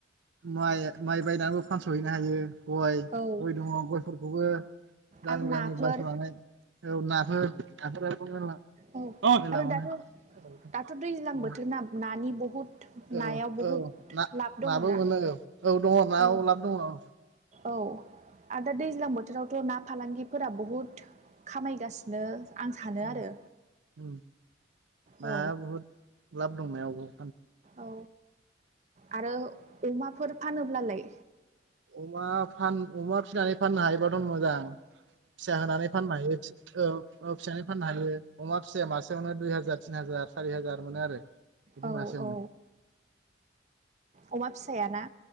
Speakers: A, on the right; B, on the right.
A: माइ माइ बायनानैबो फानस'हैनो हायो। गय
B: औ
A: गय दङ गयफोरखौबो गामि
B: आरो
A: गामि
B: नाफोर
A: बायस'नानै। औ नाफोर अ
B: औ
A: मेला
B: आरो
A: मोनो
B: दाथ' दाथ' दैज्लां बोथोर ना नानि बहुद नायाव
A: औ
B: बहुद
A: औ ना
B: लाब दङना
A: नाबो मोनो औ औ दङ ना
B: औ
A: अ लाब दङ ओ।
B: औ आरो दा दैज्लां बोथोरावथ' ना फालांगि। फोरा बुहुत खामायगासिनो आं सानो
A: उम
B: आरो
A: उम नाया
B: औ
A: बहुद लाब दंनायाबो।
B: औ आरो अमाफोर फानोब्लालाय
A: अमा फान अमा फिसनानै फाननो हायोबाथ' मोजां। फिसा होनानै फाननो हायो औ फिनानै फाननो हायो अमा। फिसाया मासेयावनो दुइ हाजार तिन हाजार सारि हाजार मोनो आरो बिदि
B: औ
A: मासेयावनो
B: औ अमा फिसाया ना।